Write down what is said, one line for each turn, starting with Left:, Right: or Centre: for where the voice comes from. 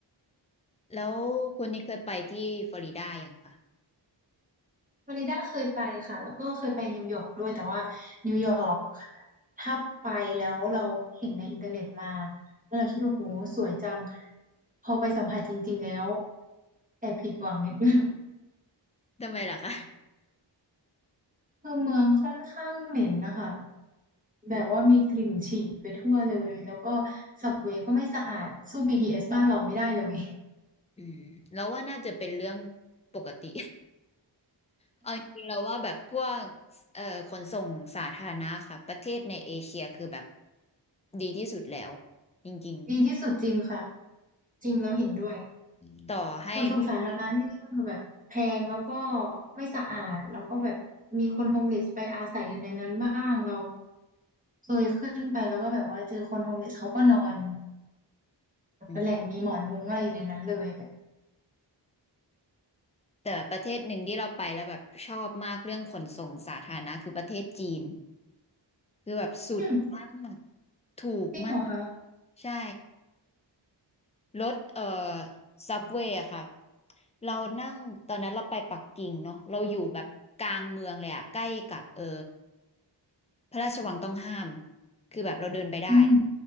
Left: แล้วคุณนี่เคยไปที่ฟลอริดายังคะ
Right: ฟลอริดาเคยไปค่ะแล้วก็เคยไปนิวยอร์กด้วยแต่ว่านิวยอร์กถ้าไปแล้วเราเห็นในอินเทอร์เน็ตมาแล้วเราคิดว่าโหสวยจังพอไปสัมผัสจริงๆแล้วแอบผิดหวังนิดนึง
Left: ทำไมล่ะคะ
Right: คือเมืองค่อนข้างเหม็นนะคะแบบว่ามีกลิ่นฉี่ไปทั่วเลยแล้วก็สับเวย์ก็ไม่สะอาดสู้
Left: อืม
Right: BTS บ้านเราไม่ได้เลย
Left: อืมแล้วว่าน่าจะเป็นเรื่องปกติ เอาจริงๆเราว่าแบบพวกเอ่อขนส่งสาธารณะค่ะประเทศในเอเชียคือแบบดีที่สุดแล้วจริง
Right: ดีที่สุดจริงค่ะจริงแล้วเห็นด้วย
Left: ๆต่อให้แบบ
Right: ขนส่งสาธารณะที่แบบแพงแล้วก็ไม่สะอาดแล้วก็แบบมีคนโฮมเลสไปอาศัยอยู่ในนั้นบ้างเราเคยขึ้นไปแล้วก็แบบว่าเจอคนโฮมเลสเขาก็นอน
Left: อืม
Right: เป็นแหล่งมีหมอนมุ้งอะไรอยู่ในนั้นเลย
Left: แต่ประเทศหนึ่งที่เราไปแล้วแบบชอบมากเรื่องขนส่งสาธารณะคือประเทศจีนคือแบบสุดมาก
Right: อืม
Left: ถูกมาก
Right: จริงเหรอคะ
Left: ใช่ รถเอ่อซับเวย์อะค่ะเรานั่งตอนนั้นเราไปปักกิ่งเนาะเราอยู่แบบกลางเมืองเลยอะใกล้กับเอ่อพระราชวังต้องห้ามคือแบบเราเดินไปได้
Right: อืม